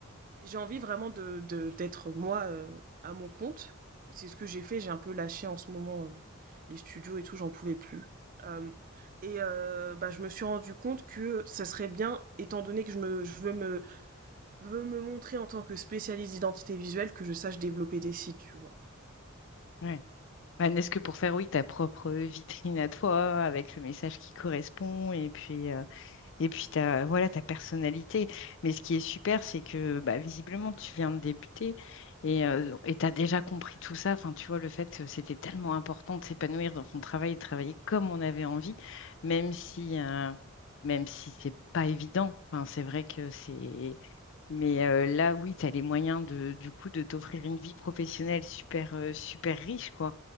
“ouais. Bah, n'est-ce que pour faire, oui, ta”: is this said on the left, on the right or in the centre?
Left